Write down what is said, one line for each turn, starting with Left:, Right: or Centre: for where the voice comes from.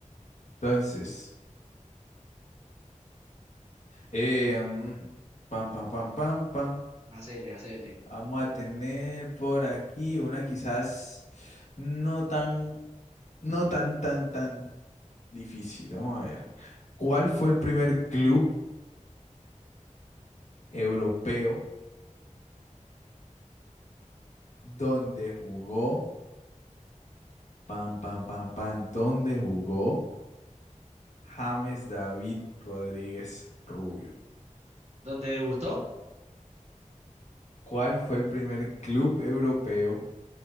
Left: Entonces, eh, mm, pam, pam, pam, pam, pam.
Right: Hacele, hacele.
Left: Vamos a tener por aquí una quizás no tan, no tan, tan, tan difícil. Vamos a ver. ¿Cuál fue el primer club europeo donde jugó? Pam, pam, pam, pam. ¿Dónde jugó? James David Rodríguez Rubio.
Right: ¿Dónde debutó?
Left: ¿Cuál fue el primer club europeo